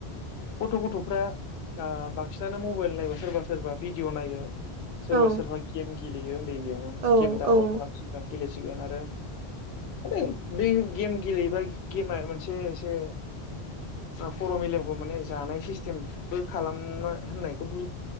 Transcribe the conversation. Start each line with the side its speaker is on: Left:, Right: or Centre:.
Left: गथ' गथ'फ्रा आ बांसिनानो मबाइल नायोबा सोरबा सोरबा भिडिअ नायो। सोरबा
Right: औ
Left: सोरबा गेम गेलेयो उन्दै बेवनो
Right: औ
Left: गेम डाउनलड
Right: औ
Left: खालामसिगोन गेलेसिगोन आरो माने बे गेम गेलेयोबा गेमा मोनसे एसे ओ खर मेलेमखौ माने जानाय सिस्टेमबो खालामना होननायखौबो